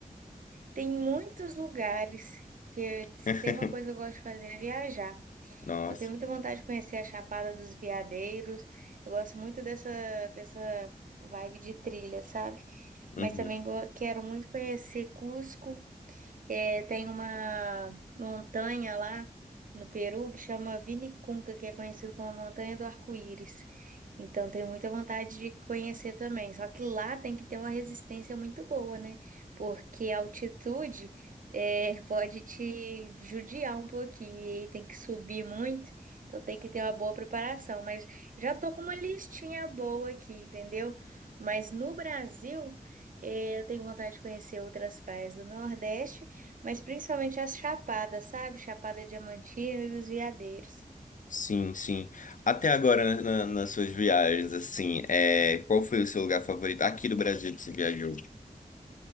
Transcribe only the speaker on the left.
<laughs>
Nossa.
Uhum.
Sim, sim. Até agora, na- na- nas suas viagens, assim, é, qual foi o seu lugar favorito aqui do Brasil que você viajou?